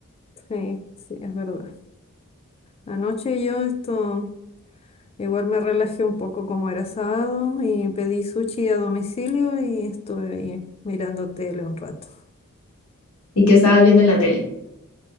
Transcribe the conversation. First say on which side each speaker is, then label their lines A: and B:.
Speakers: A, on the left (about 25°); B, on the left (about 75°).
A: Sí, sí, es verdad. Anoche yo esto igual me relajé un poco como era sábado y pedí sushi a domicilio y estuve ahí mirando tele un rato.
B: ¿Y qué estabas viendo en la tele? <laughs>